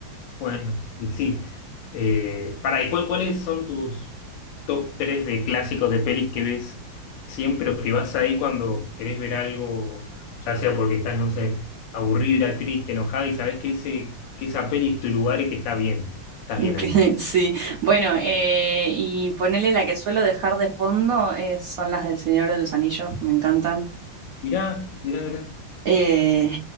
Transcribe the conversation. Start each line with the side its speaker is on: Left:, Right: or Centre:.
Left: Bueno, y sí. Eh, para, ¿y cuál- cuáles son tus top 3 de clásicos de pelis que ves siempre o que vas ahí cuando querés ver algo, ya sea porque estás, no sé, aburrida, triste, enojada y sabes que, ese, que esa peli es tu lugar y que está bien, estás bien
Right: Que
Left: ahí?
Right: <laughs> Sí, bueno, eh, y ponerle la que suelo dejar de fondo es- son las del Señor de los Anillos, que me encantan.
Left: Mirá, mirá, mirá.
Right: Eh,